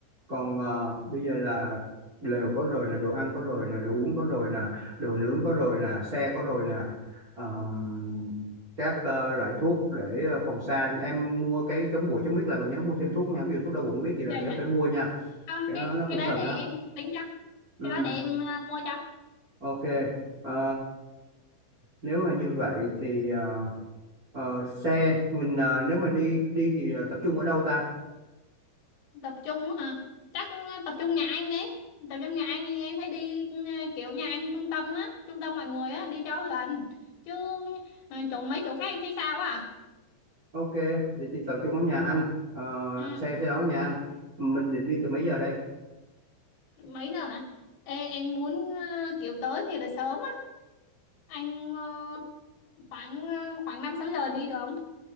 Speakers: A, on the right; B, on the left.
A: còn ờ, bây giờ là lều có rồi nè đồ ăn có rồi nè đồ uống có rồi nè đồ nướng có rồi nè xe có rồi nè Ờm, các ờ, loại thuốc để ờ, phòng xa em mua cái chống muỗi chống biết là còn nhớ mua thêm thuốc nha ví dụ thuốc đau bụng biết gì rồi
B: dạ
A: nhớ
B: dạ
A: phải mua nha
B: Không,
A: cái
B: cái
A: đó nó cũng
B: cái đó
A: cần
B: để em
A: đó
B: tính cho
A: ừ
B: cái đó để em à, mua cho
A: ok Ờ, nếu mà như vậy thì ờ, ờ, xe mình ờ, nếu mà đi đi thì ờ, tập trung ở đâu ta
B: tập trung á hả chắc ờ, tập trung nhà anh đi. tập trung nhà anh đi, em thấy đi ừ, kiểu nhà anh trung tâm á trung tâm mọi người á đi cho gần chứ ừ, chỗ mấy chỗ khác em thấy sao quá
A: ok thì, thì tập trung ở nhà anh Ờ,
B: à
A: xe sẽ đón nhà anh mình định đi từ mấy giờ đây
B: ừ. mấy giờ hả Ê, em muốn ờ, kiểu tới thì là sớm á anh ờ, khoảng ờ, khoảng năm sáu giờ đi được không